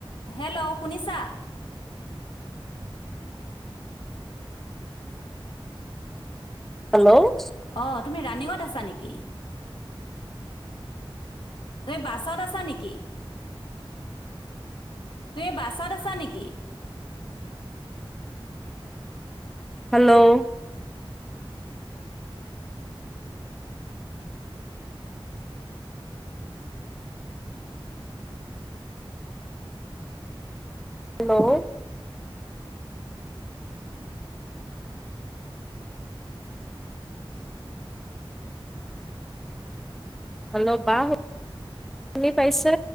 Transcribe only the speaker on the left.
hello শুনিছা?
অঁ তুমি ৰানিঙত আছা নিকি? তুমি বাছত আছা নিকি? তুমি বাছত আছা নিকি?